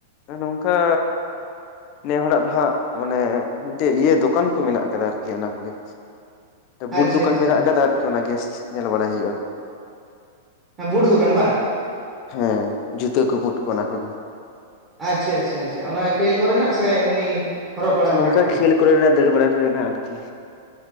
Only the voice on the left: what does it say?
ᱱᱚᱝᱠᱟ ᱱᱤᱭᱟᱹ ᱦᱚᱲᱟᱜ ᱫᱚ ᱦᱟᱸᱜ ᱢᱟᱱᱮ ᱢᱤᱫᱴᱤᱡ ᱤᱭᱟᱹ ᱫᱚᱠᱟᱱ ᱠᱚ ᱢᱮᱱᱟᱜ ᱠᱟᱫᱟ ᱟᱨᱠᱤ ᱚᱱᱟ ᱠᱚᱜᱮ ᱵᱩᱴ
ᱫᱚᱠᱟᱱ
ᱢᱮᱱᱟᱜ ᱠᱟᱫᱟ ᱟᱨᱠᱤ ᱚᱱᱟᱜᱮ ᱧᱮᱞ ᱵᱟᱲᱟᱭ ᱦᱩᱭᱩᱜᱼᱟ
ᱦᱮᱸ ᱡᱩᱛᱟᱹ ᱠᱚ ᱯᱩᱴ ᱠᱚ ᱚᱱᱟ ᱠᱚᱜᱮ
ᱱᱚᱝᱠᱟ
ᱠᱷᱮᱞ ᱠᱚᱨᱮᱱᱟᱜ ᱫᱟᱹᱲ ᱵᱟᱲᱟ ᱠᱚᱨᱮᱱᱟᱜ ᱟᱨᱠᱤ